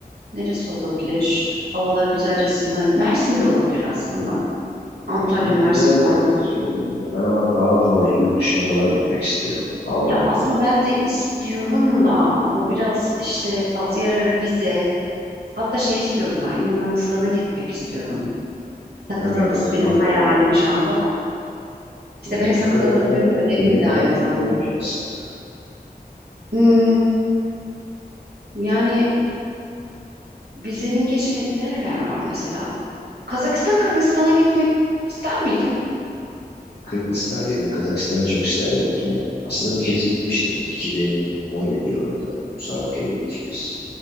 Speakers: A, on the right (about 80°); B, on the left (about 75°).
A: neresi olabilir? Havalar güzelce ısınma. Mersin'de olabilir aslında. Antalya,
B: Aslında
A: Mersin
B: güzel
A: falan.
B: yerler söyledin ya. Ben ama daha fazla yurt dışına falan gitmek istiyorum. Almanya
A: Ya aslında
B: gibi.
A: ben de istiyorum da ama biraz işte bazı yerlere vize hatta şey istiyorum ben Yunanistan'a gitmek istiyorum. Sakız
B: Ya Yunanistan
A: Adası benim
B: baya
A: hayalim
B: güzel
A: şu
B: ya.
A: anda da. İşte
B: Ya
A: benim
B: Sakız
A: Sakız Adası benim ödevim
B: gemi falan
A: de aynı
B: gidiyormuş
A: zamanda.
B: aslında.
A: Hmm, yani vizenin geçmediği nereler var mesela? Kazakistan, Kırgızistan'a gitmek ister miydin?
B: Kırgızistan değil de Kazakistan'a çok isterdim gitmeyi. Aslında bir kez gitmiştim 2017 yılında. Musabaka'ya gittik biz.